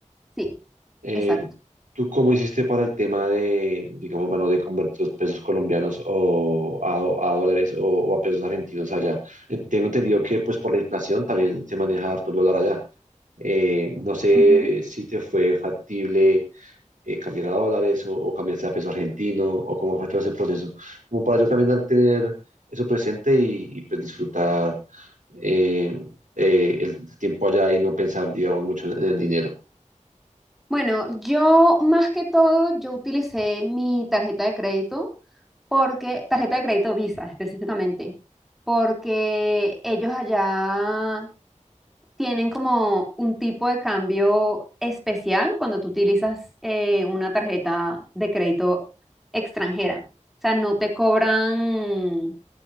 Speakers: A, in the centre; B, on the right.
A: Sí,
B: Eh,
A: exacto.
B: ¿tú cómo hiciste para el tema de, digamos, bueno, de convertir los pesos colombianos o a, do- a dólares o, o a pesos argentinos allá? Eh, Tengo entendido que, pues, por la inflación también se maneja harto el dólar allá. Eh, no sé
A: Ujú.
B: si te fue factible eh, cambiar a dólares o, o cambiarse a peso argentino o cómo fue todo ese proceso, como para yo también al tener eso presente y, y, pues disfrutar eh, eh, el tiempo allá y no pensar, digamos, mucho en, en el dinero.
A: Bueno, yo más que todo, yo utilicé mi tarjeta de crédito porque, tarjeta de crédito Visa específicamente, porque ellos allá tienen como un tipo de cambio especial cuando tú utilizas eh, una tarjeta de crédito extranjera. O sea, no te cobran